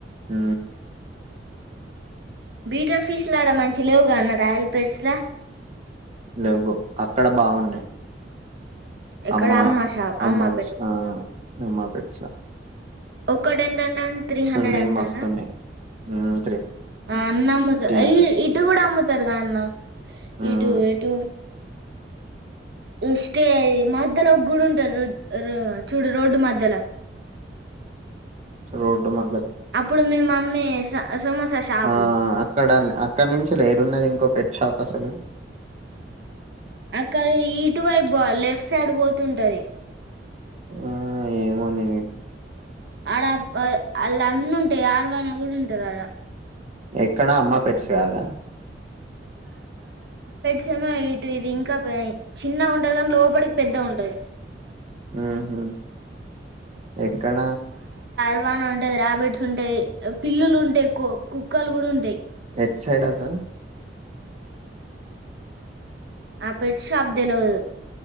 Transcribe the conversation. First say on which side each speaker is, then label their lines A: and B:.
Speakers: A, on the right (about 40°); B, on the right (about 65°).
A: ఉ
B: బీటా ఫీష్ లాడ మంచి లేవుగా అన్న రాయల్ పేర్స్ల
A: లేవ్వు అక్కడ బావున్నాయి
B: ఎక్కడ
A: అమ్మా
B: అమ్మ షాప్
A: అమ్మా
B: అమ్మ
A: వి ఆ అమ్మా పెట్స్ల
B: ఒకటి ఎంత అంటా అ త్రీ హండ్రెడ్
A: ఉన్నాయి.
B: అంటానా
A: మస్తున్నాయి. హ్మ్.
B: అన్న అమ్ముతారు
A: అంట.
B: ఇ ఇటు కూడా అమ్ముతారు కదా అన్న
A: హ్మ్.
B: ఇటు ఎటు ఇష్టే మధ్యలో ఒక గుడి ఉంటది చూడు రోడ్డు మధ్యలో
A: రోడ్డు మ
B: అప్పుడు మీ మమ్మీ సమోసా షాపు
A: ఆ అక్కడ అక్కడ నుంచి లేడున్నది ఇంకో పెట్ షాప్ అసలు
B: అక్కడ ఇటువై పో లెఫ్ట్ సైడ్ పోతుంటది
A: ఆ ఏమోనిది
B: ఆడ అళ్ళ అన్న ఉంటాయి ఆలమానా కూడా ఉంటది ఆడ
A: ఎక్కడా అమ్మ పెట్చ కదా
B: టెమో ఇటు ఇది ఇంకా చిన్న ఉంటది కాని లోపలికి పెద్ద ఉంటది
A: ఊహూ ఎక్కడ
B: రవాణ ఉంటా రార్యాబెట్స్ ఉంటాయి పిల్లులు ఉంటాయి కుక్కలు కూడా ఉంటాయి
A: ఎట్ సైడ్ సార్
B: ఆ పెట్టి బ్ తెలవదు